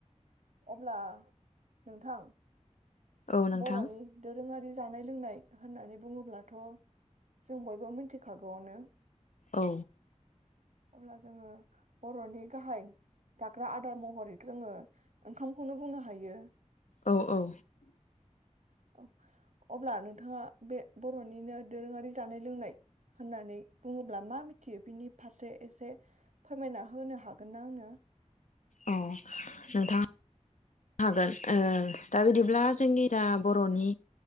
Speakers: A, on the right; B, on the left.
A: अब्ला नोंथां
B: औ नोंथां
A: बर'नि दोरोङारि जानाय लोंनाय होननानै बुङोब्लाथ' जों बयबो मिथिखागौआवनो
B: औ
A: अब्ला जोङो बर'नि गाहाय जाग्रा आदार महरै जोङो ओंखामखौनो बुंनो हायो
B: औ औ
A: औ अब्ला नोंथाङा बे बर'निनो दोरोङारि जानाय लोंनाय होननानै बुङोब्ला मा मिथियो बिनि फारसे एसे फोरमायना होनो हागोन ना आंनो
B: अह नोंथाङा नो हागोन ओ दा बिदिब्ला जोंनि जा बर'नि